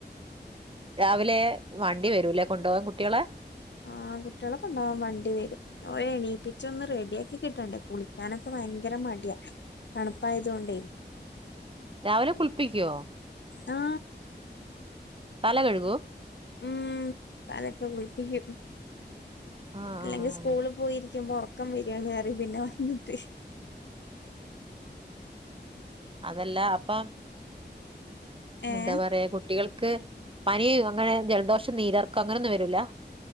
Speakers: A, on the right; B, on the left.
A: രാവിലെ വണ്ടി വരൂലേ കൊണ്ടുപോകാൻ കുട്ടികളെ
B: ആ ആ കുട്ടികളെ കൊണ്ടോവാൻ വണ്ടി വരും എണീപ്പിച്ച ഓലെ ഒന്ന് റെഡിയ ആക്കി കിട്ടണ്ടെ കുളിക്കാനൊക്കെ ഭയങ്കര മടി മടിയ തണുപ്പായതൊണ്ടേ
A: രാവിലെ കുളിപ്പിക്കുവോ
B: ആ
A: തല കഴുകും
B: ഉം തലക്കെ കുളിപ്പിക്കും
A: ആ
B: അല്ലെങ്കിൽ
A: ആ ആ.
B: സ്കൂളിൽ പോയിരിക്കുമ്പോ ഉറക്കം വരിയാണ് പറയും പിന്നെ വന്നിട്ട്
A: അതല്ല അപ്പം
B: ഏഹ്
A: എന്താ പറയാ കുട്ടികൾക്ക് പനിയ അങ്ങനെ ജലദോഷം നീര് ഇർക്കം അങ്ങനെയൊന്നും വരൂല